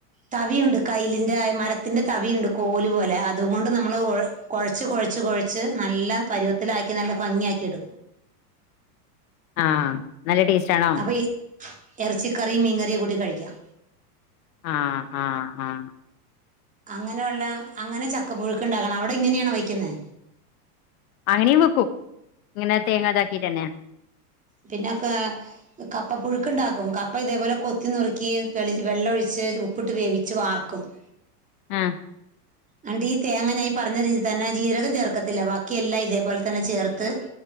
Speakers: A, on the right; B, on the left.
A: തവിയുണ്ട് കയിലിന്റെ മരത്തിന്റെ തവിയുണ്ട് കോലു പോലെ അതുകൊണ്ട് നമ്മള് ഒഴ് കുഴച്ച് കുഴച്ച് കുഴച്ച് നല്ല പരുവത്തിലാക്കി നല്ല ഭംഗിയാക്കിയെടു
B: ആഹ് നല്ല ടേസ്റ്റ് ആണോ
A: അപ്പൊ ഈ ഇറച്ചിക്കറിയും മീൻകറിയും കൂട്ടി കഴിക്കാം.
B: ആഹ് ആഹ് ആഹ്
A: അങ്ങനെയുള്ള അങ്ങനെ ചക്ക പുഴുക്ക്‌ ഉണ്ടാകണം അവിടെ ഇങ്ങനെയാണോ വയ്ക്കുന്നെ
B: അങ്ങനെയും വെക്കും ഇങ്ങനെ തേങ്ങാതാക്കീട്ടന്നെ
A: പിന്നൊക്കെ കപ്പ പുഴുക്കുണ്ടാക്കും കപ്പ ഇതേപോലെ കൊത്തി നുറുക്കി വെളിച്ച് വെള്ളഒഴിച്ച് ഉപ്പിട്ട് വേവിച്ച് വാർക്കും <inaudible>
B: ആഹ്
A: അനിട്ട് ഈ തേങ്ങ ഞാ ഈ പറഞ്ഞ രീതിയിൽ തന്നെ ജീരകം ചേർക്കത്തില്ല ബാ ക്കിയെല്ലാം ഇതേപോലെ തന്നെ ചേർത്ത്